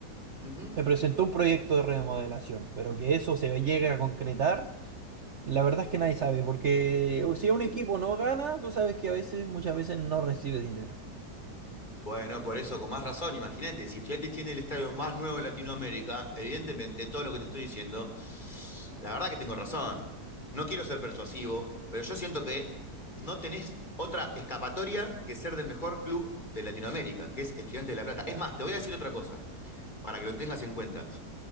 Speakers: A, on the left; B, on the right.
A: ujú.
B: se presentó un proyecto de remodelación, pero que eso se llegue a concretar. La verdad es que nadie sabe, porque uh, si un equipo no gana, tú sabes que a veces, muchas veces no recibe dinero.
A: Bueno, por eso, con más razón, imagínate, si Estudiantes tiene el estadio más nuevo de Latinoamérica, evidentemente todo lo que te estoy diciendo, la verdad que tengo razón. No quiero ser persuasivo, pero yo siento que no tenés otra escapatoria que ser del mejor club de Latinoamérica, que es Estudiantes de La Plata.
B: Claro.
A: Es más, te voy a decir otra cosa para que lo tengas en cuenta.